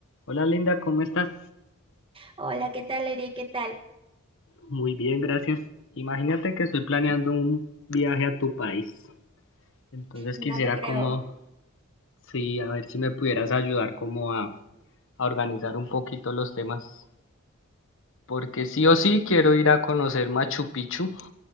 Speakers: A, on the left; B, on the right.
A: Hola Linda, ¿cómo estás?
B: Hola, ¿qué tal, Eri? ¿Qué tal?
A: Muy bien, gracias. Imagínate que estoy planeando un viaje a tu país. Entonces
B: No
A: quisiera
B: te creo.
A: como, sí, a ver si me pudieras ayudar como a, a organizar un poquito los temas. Porque sí o sí quiero ir a conocer Machu Picchu,